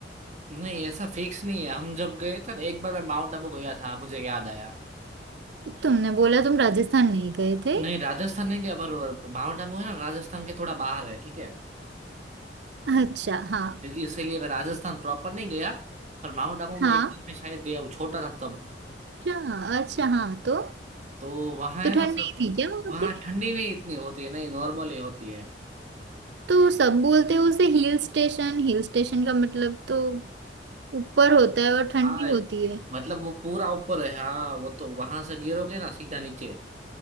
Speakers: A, on the right; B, on the right.
A: नहीं ऐसा फिक्स नहीं है हम जब गए थे ना एक बार मैं माउंट आबू गया था मुझे याद आया
B: तुमने बोला तुम राजस्थान नहीं गए थे
A: नहीं राजस्थान नहीं गया पर माउंट आबू है ना राजस्थान के थोड़ा बाहर है ठीक है
B: अच्छा हाँ
A: इसीलिए मैं राजस्थान प्रॉपर नहीं गया पर माउंट आबू में
B: हाँ
A: एक बार मैं शायद गया हूँ छोटा था तब
B: अच्छा अच्छा हाँ तो
A: तो वहाँ
B: तो
A: है
B: ठंड
A: ना सब
B: नहीं थी क्या वहां
A: वहाँ
B: पे
A: ठंडी नहीं इतनी होती है नहीं नॉर्मली होती है
B: तो सब बोलते हैं उसे हिल स्टेशन हिल स्टेशन का मतलब तो ऊपर
A: हाँ
B: होता है और ठंड
A: हाँ
B: भी होती है
A: मतलब वो पूरा ऊपर है हाँ वो तो वहां से गिरोगे ना सीधा नीचे